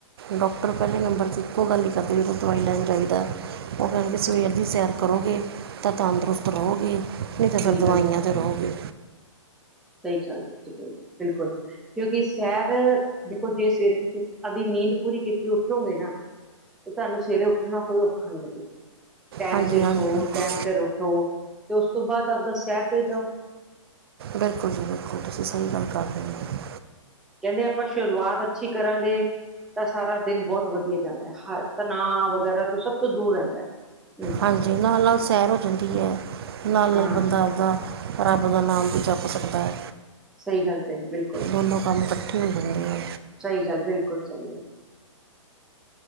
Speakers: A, on the right; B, in the centre.
A: ਡਾਕਟਰ ਪਹਿਲੇ ਨੰਬਰ 'ਤੇ, ਇੱਕੋ ਗੱਲ ਹੀ ਕਰਦੇ ਜਦੋਂ ਦਵਾਈ ਲੈਣ ਜਾਂਦਾ, ਉਹ ਕਹਿਣਗੇ ਸਵੇਰ ਦੀ ਸੈਰ ਕਰੋਗੇ ਤਾਂ, ਤੰਦਰੁਸਤ ਰਹੋਗੇ, ਨਹੀਂ ਤਾਂ
B: ਸਹੀ
A: ਫਿਰ ਦਵਾਈਆਂ
B: ਗੱਲ ਹੈ
A: ' ਰਹੋਗੇ
B: ਸਹੀ ਚਲ ਰਹੀ ਬੂਟੀਕ ਬਿਲਕੁਲ, ਕਿਉਂਕਿ, ਸੈਰ ਦੇਖੋ ਜੇ ਸਵੇਰੇ ਤੁਸੀਂ ਆਪਦੀ ਨੀਂਦ ਪੂਰੀ ਕੀਤੀ ਉੱਠੋਗੇ ਨਾ ਤੇ ਤੁਹਾਨੂੰ ਸਵੇਰੇ ਉੱਠਣਾ, ਕੋਈਔਖਾ ਨੀ ਲੱਗਾ ਟਾਈਮ
A: ਹਾਂਜੀ
B: ਸਿਰ
A: ਹਾਂਜੀ
B: ਸੋਓ,
A: ਬਿਲਕੁਲ
B: ਟੈਮ ਸਿਰ ਉੱਠੋ, ਤੇ ਉਸ ਤੋਂ ਬਾਅਦ ਆਪਦਾ ਸ਼ਹਿਰ ਕਰਨ ਜਾਓ
A: ਬਿਲਕੁਲ ਜੀ ਬਿਲਕੁਲ, ਤੁਸੀਂ ਸਹੀ ਗੱਲ ਕਰਦੇ ਹੋ
B: ਕਹਿੰਦੇ, ਆਪਾਂ ਸ਼ੁਰੂਆਤ ਅੱਛੀ ਕਰਾਂਗੇ ਤਾਂ ਸਾਰਾ ਦਿਨ, ਬਹੁਤ ਵਧੀਆ ਜਾਂਦਾ ਹੈ, ਹਰ ਤਣਾਅ ਵਗੈਰਾ ਤੋਂ ਸਭ ਤੋਂ ਦੂਰ ਰਹਿੰਦਾ ਹੈ ਇਨਸਾਨ
A: ਹਾਂਜੀ, ਨਾਲ -ਨਾਲ ਸੈਰ ਹੋ ਜਾਂਦੀ ਹੈ, ਨਾਲ-
B: ਹਾਂ
A: ਨਾਲ ਬੰਦਾ ਆਪਦਾ ਰੱਬ ਦਾ ਨਾਮ ਵੀ, ਜਪ ਸਕਦਾ ਐ
B: ਸਹੀ ਗੱਲ ਕਹੀ, ਬਿਲਕੁਲ
A: ਦੋਨੋ ਕੰਮ, ਇਕੱਠੇ ਹੋ ਜਾਂਦੇ ਆ
B: ਸਹੀ ਗੱਲ, ਬਿਲਕੁਲ ਸਹੀ ਆ